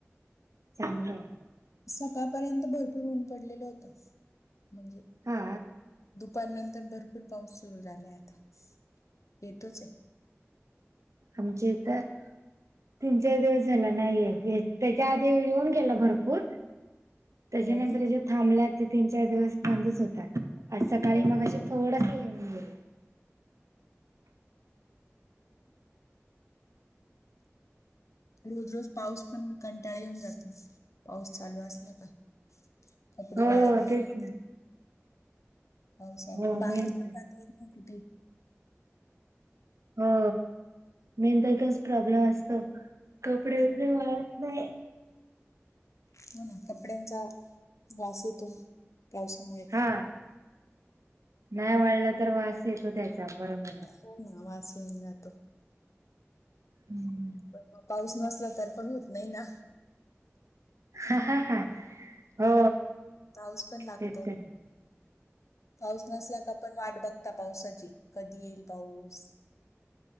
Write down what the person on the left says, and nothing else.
सकाळपर्यंत भरपूर ऊन पडलेलं होत म्हणजे
दु पार नंतर भरपूर पाऊस सुरू झालाय आता येतोचय
हो ना?
हो.
रोज रोज पाऊस पण कंटाळा येऊन जातो पाऊस चालू असला का कपडे
वाळत नाई.
पावसात
बाहेर
पण
जताा येत नाय कुठे
मग
हो ना कपड्यांचा वास येतो. पावसामुळे
हो ना वास येऊन जातो.
पण म पाऊस नसला तर पण होत नाही ना
पाऊस पण लागतो
पाऊस नसला का पण वाट बघ आता पावसाची कधी येईल पाऊस